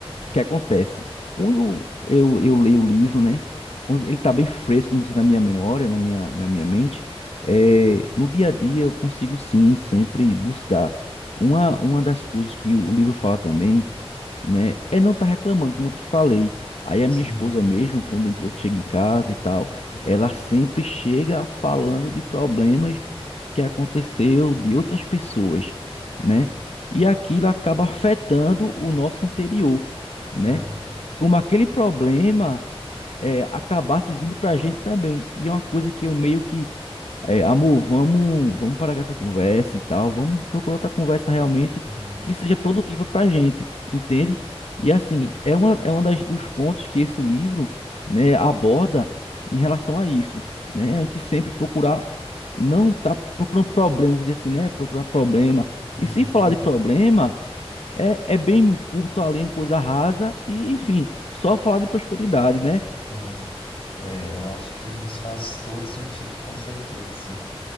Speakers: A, on the left (about 85°); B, on the left (about 60°).
A: que acontece? Quando eu, eu leio o livro, né? quando Ele tá bem fresco, como se na minha memória, na minha, na minha mente. é, no dia a dia, eu consigo sim sempre buscar. Uma, uma das coisas que o livro fala também né? É não tá reclamando, como eu te falei. Aí a
B: Sim.
A: minha esposa mesmo, quando a gente- eu chego em casa e tal, ela sempre chega falando de problemas que aconteceu de outras pessoas, né? E aquilo acaba afetando o nosso interior, né?
B: Ah,
A: Como aquele problema é, acabasse vindo pra gente também. E é uma coisa que eu meio que é, amor, vamos, vamos parar com essa conversa e tal. Vamos procurar outra conversa realmente
B: uhum.
A: que seja produtiva pra gente, entende? E assim, é uma, é uma das, dos pontos que esse livro, né, aborda em relação a isso, né? A gente sempre procurar, não tá procurando problema, vamos dizer assim, né? Procurar problema.
B: Uhum,
A: E se falar de problema, é, é bem curto a linha, coisa rasa e, enfim, só falar de prosperidade, né?
B: Sim. É, eu acho que isso faz todo sentido, com certeza, assim.